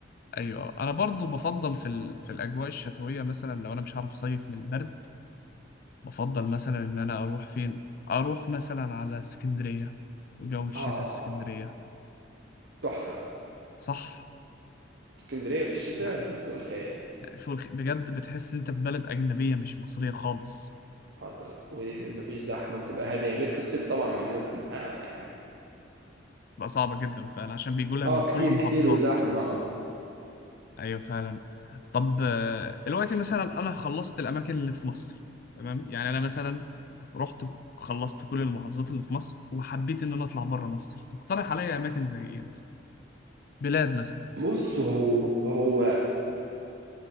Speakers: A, on the left; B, on the right.
A: ايوه انا برضو بفضل في ال... في الاجواء الشتويه مثلا لو انا مش عارف اصيف من البرد بفضل مثلا ان انا اروح فين اروح مثلا على اسكندريه وجو الشتاء
B: اه
A: في اسكندريه
B: تحفه
A: صح
B: اسكندريه في الشتاء
A: يعني
B: فوق الخيال
A: يعني فوق الخ- بجد بتحس ان انت في بلد اجنبيه مش مصريه خالص
B: حصل ومفيش زحمه وبتبقى هاديه غير في الصيف طبعا الناس بتبقى يعني
A: بقى صعبه جدا فعلا عشان بيجوا لها
B: اه
A: من كل
B: كتير
A: محافظات
B: كتير وزحمه اه
A: ايوه فعلا طب آه، دلوقتي مثلا انا خلصت الاماكن اللي في مصر تمام يعني انا مثلا رحت خلصت كل المحافظات اللي في مصر وحبيت ان انا اطلع بره مصر تقترح عليا اماكن زي ايه مثلا بلاد مثلا
B: بص هو هو